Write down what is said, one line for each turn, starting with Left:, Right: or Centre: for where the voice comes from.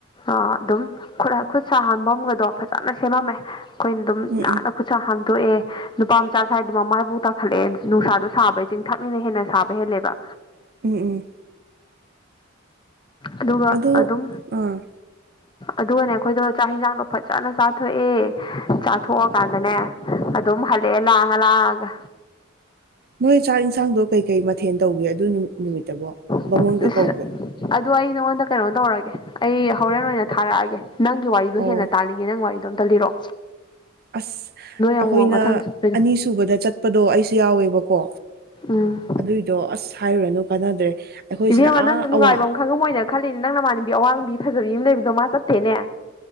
Left: ꯑꯗꯨꯝ ꯈꯨꯠ ꯁꯥꯍꯟꯕ ꯑꯃꯒꯗꯣ ꯐꯖꯅ ꯁꯦꯝꯃꯝꯃꯦ ꯑꯩꯈꯣꯏꯅ ꯑꯗꯨꯝ
Right: ꯎꯝ
Left: ꯅꯥꯟꯅ
Right: ꯎꯝ
Left: ꯈꯨꯠꯁꯥ ꯍꯥꯝꯗꯣꯛꯑꯦ ꯅꯨꯄꯥ ꯃꯆꯥ ꯈꯔꯥꯏꯗꯨ ꯃꯃꯥꯏꯐꯥꯎ ꯇꯥꯈꯠꯂꯛꯦ ꯅꯨꯡꯁꯥꯗꯣ ꯁꯥꯕ ꯏ ꯆꯤꯡ ꯊꯛꯅꯤꯅ ꯍꯦꯟꯅ ꯁꯥꯕ ꯍꯦꯜꯂꯦꯕ
Right: ꯎꯝ ꯎꯝ
Left: ꯑꯗꯨꯒ
Right: ꯑꯗꯣ
Left: ꯑꯗꯨꯝ
Right: ꯑꯥ
Left: ꯑꯗꯨꯒꯅꯦ ꯑꯩꯈꯣꯏꯗꯣ ꯆꯥꯛ ꯏꯟꯁꯥꯡꯗꯣ ꯐꯖꯅ ꯆꯥꯊꯣꯛꯑꯦ ꯆꯥꯊꯣꯛꯑꯀꯥꯟꯗꯅꯦ ꯑꯗꯨꯝ ꯍꯜꯂꯛꯑꯦ ꯂꯥꯡꯉ ꯂꯥꯡꯑꯒ
Right: ꯅꯣꯏ ꯆꯥꯛ ꯏꯟꯁꯥꯡꯗꯣ ꯀꯩꯀꯩ ꯃꯊꯦꯜ ꯇꯧꯒꯦ ꯑꯗꯨ ꯅꯨ ꯅꯨꯃꯤꯠꯇꯕꯣ ꯕꯥꯃꯣꯟꯒ
Left: ꯑꯁ
Right: ꯀꯧꯕ꯭ꯔꯣ
Left: ꯑꯗꯨꯗ ꯑꯩ ꯅꯉꯣꯟꯗ ꯀꯩꯅꯣ ꯇꯧꯔꯒꯦ ꯑꯩ ꯍꯣꯔꯦꯟ ꯑꯣꯏꯅ ꯊꯥꯔꯛꯑꯒꯦ ꯅꯪꯒꯤ ꯋꯥꯔꯤꯗꯣ
Right: ꯑꯣ
Left: ꯍꯦꯟꯅ ꯇꯥꯜꯂꯤꯉꯦ ꯅꯪ ꯋꯥꯔꯤꯗꯣ ꯑꯝꯇꯜꯂꯤꯔꯣ
Right: ꯑꯁ
Left: ꯑꯃꯨꯛ
Right: ꯑꯩꯈꯣꯏꯅ
Left: ꯃꯊꯪ ꯆꯠꯄꯩꯗꯣ
Right: ꯑꯅꯤ ꯁꯨꯕꯗ ꯆꯠꯄꯗꯣ ꯑꯩꯁꯨ ꯌꯥꯎꯋꯦꯕꯀꯣ
Left: ꯎꯝ
Right: ꯑꯗꯨꯏꯗꯣ ꯑꯁ ꯍꯥꯏꯔꯨꯔꯅꯨ ꯀꯥꯟꯅꯗ꯭ꯔꯦ ꯑꯩꯈꯣꯏꯁꯤꯅ
Left: ꯏꯕꯦꯝꯃ
Right: ꯑꯥ
Left: ꯅꯪ ꯅꯨꯡꯉꯥꯏꯕ
Right: ꯑꯋꯥꯡ
Left: ꯑꯃ ꯈꯪꯉꯝꯃꯣꯏꯅ ꯈꯜꯂꯤꯅꯦ ꯅꯪ ꯅꯃꯥꯟꯅꯕꯤ ꯑꯋꯥꯡꯕꯤ ꯐꯖꯕꯤ ꯑꯃ ꯂꯩꯕꯗꯣ ꯃꯥ ꯆꯠꯊꯦꯅꯦ